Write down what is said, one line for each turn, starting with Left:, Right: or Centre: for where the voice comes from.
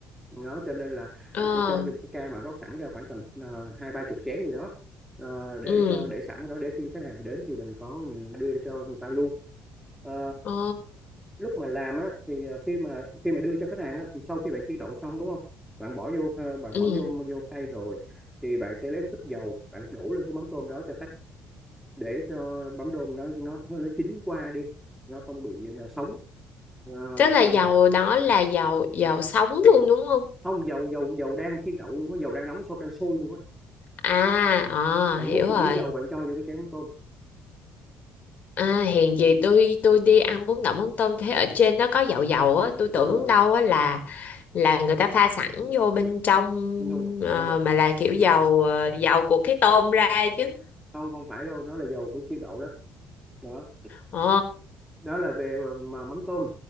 Centre: đó cho nên là
Left: Ờ.
Centre: bạn sẽ cho một cái ca mà rót sẵn ra khoảng tầm ờ, hai ba chục chén gì đó Ờ, để
Left: Ừ.
Centre: cho để sẵn ở đó để khi khách hàng đến thì mình có mình đưa cho người ta luôn Ờ,
Left: Ờ.
Centre: lúc mà làm á thì ờ, khi mà khi mà đưa cho khách hàng á thì sau khi bạn chiên đậu xong đúng không bạn bỏ vô ờ, bạn
Left: Ừ.
Centre: bỏ vô vô khay rồi thì bạn sẽ lấy một ít dầu bạn đổ lên cái mắm tôm đó cho khách để cho mắm tôm nó nó nó chín qua đi nó không bị nó sống Ờ,
Left: Tức là
Centre: xong
Left: dầu
Centre: rồi
Left: đó là dầu dầu sống luôn đúng không?
Centre: không dầu dầu dầu đang chiên đậu luôn á dầu đang nóng sôi đang sôi luôn á
Left: À, ờ,
Centre: bạn
Left: hiểu
Centre: múc
Left: rồi.
Centre: một miếng dầu bạn cho vô cái chén mắm tôm
Left: À, hèn gì tôi tôi đi ăn bún đậu mắm tôm thế ở trên nó có dầu dầu á tôi tưởng
Centre: đúng rồi
Left: đâu á là là người ta pha sẵn vô bên trong
Centre: no
Left: ờ,
Centre: no
Left: mà là kiểu dầu ờ, dầu của cái tôm ra chứ
Centre: không không phải đâu nó là dầu của chiên đậu đó đó
Left: ờ
Centre: đó là về ờ, mà mắm tôm